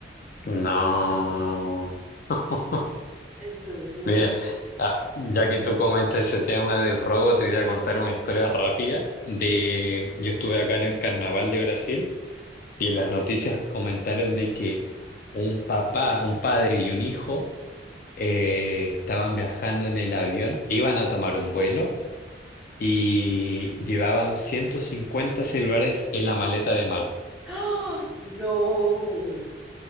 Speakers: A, on the left (about 50°); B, in the centre.
A: No. <laughs>
B: Entonces, así.
A: Mira, ah, ya que tú comentas ese tema del robo, te voy a contar una historia rápida de yo estuve acá en el Carnaval de Brasil y en las noticias comentaron de que un papá, un padre y un hijo eh, estaban viajando en el avión, iban a tomar un vuelo y llevaban 150 celulares en la maleta de mano.
B: ¡Ah! ¡No!